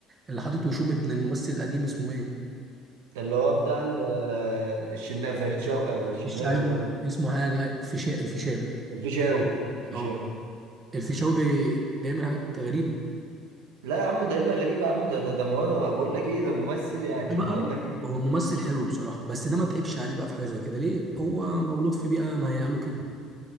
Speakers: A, on the right; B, on the right.
A: اللي حاطط وشوم ابن الممثل القديم اسمه ايه
B: اللي هو بتاع ال- آه، الشنا فريد شو... آه، الشناوي
A: مش عارف
B: ده ولا-
A: اسمه حاجه فشا... الفيشاوي
B: الفيشاوي الفيشاوي
A: اه الفيشاوي بي... بيعمل حاجات غريبه
B: لا يا عم ده الا غريب يا عم ده ده ده مو... بقول لك ايه ده ممثل يعني
A: ده
B: ما
A: بقى
B: هقول لك ايه بس
A: هو ممثل حلو بصراحه بس ده ما تعبش عليه بقى في حاجه زي كده ليه هو مولود في بيئه مهيئه له كده